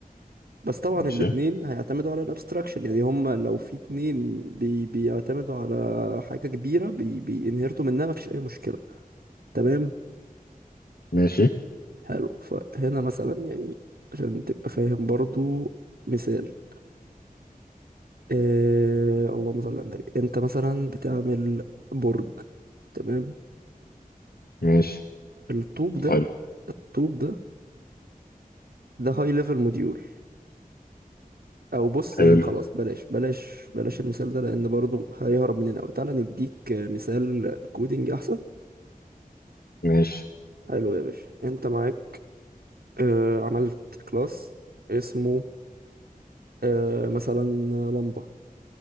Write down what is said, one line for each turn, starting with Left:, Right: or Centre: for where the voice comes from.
Right: بس طبعا
Left: ماشي
Right: الاتنين هيعتمدوا على الابستراكشن يعني هم لو في اتنين بي بيعتمدوا على حاجة كبيرة بي بينهرتوا منها مفيش أي مشكلة تمام
Left: ماشي
Right: حلو فهنا مثلا يعني عشان تبقى فاهم برضو مثال آه اللهم صل على النبي انت مثلا بتعمل برج تمام
Left: ماشي
Right: الطوب ده
Left: حلو
Right: الطوب ده ده هاي ليفل موديول او بص
Left: حلو
Right: يعني خلاص بلاش بلاش بلاش المثال ده لان برضو هيهرب مننا قوي تعالى نديك مثال كودينج احسن
Left: ماشي
Right: حلو يا باشا انت معاك آه عملت كلاس اسمه آه مثلا لمبة